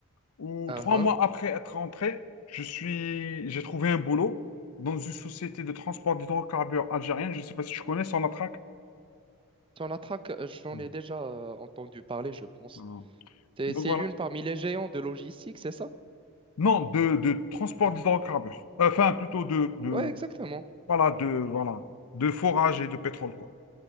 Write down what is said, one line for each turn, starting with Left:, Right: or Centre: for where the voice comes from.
Left: où
Right: Ah
Left: trois
Right: uh
Left: mois après être rentré, je suis, j'ai trouvé un boulot dans une société de transport d'hydrocarbures algérienne. Je ne sais pas si tu connais Sonatrach.
Right: Ton attaque, euh, j'en
Left: Mm.
Right: ai déjà euh, entendu parler, je pense.
Left: Non.
Right: C'est,
Left: Donc
Right: c'est
Left: voilà.
Right: l'une parmi les géants de logistique, c'est ça?
Left: Non, de, de transport d'hydrocarbures. Enfin, plutôt de, de,
Right: Ouais, exactement.
Left: voilà, de, voilà, de forage et de pétrole, quoi.